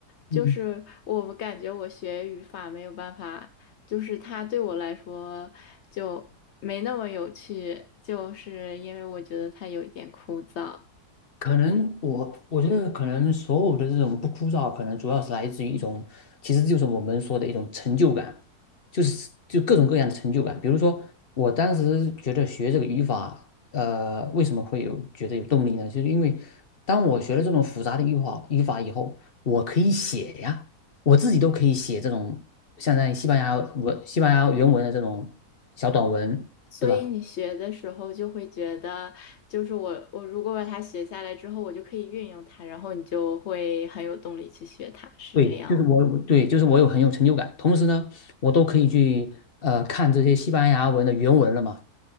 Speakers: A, on the left; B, on the left.
A: 就是我感觉我学语法没有办法，
B: 嗯。
A: 就是它对我来说就没那么有趣，就是因为我觉得它有一点枯燥，
B: 可能我我觉得可能所有的这种不枯燥，可能主要是来自于一种，其实就是我们说的一种成就感，就是就各种各样的成就感。比如说，我当时觉得学这个语法，呃，为什么会有觉得有动力呢？就是因为当我学了这种复杂的语法语法以后，我可以写呀，我自己都可以写这种相当于西班牙文、西班牙原文的这种小短文，
A: 所以你学的时候就会觉得，
B: 对吧？
A: 就是我我如果把它学下来之后，我就可以运用它，然后你就会很有动力去学它，是这样吗？
B: 对，就是我，对，就是我有很有成就感。同时呢，我都可以去呃看这些西班牙文的原文了嘛。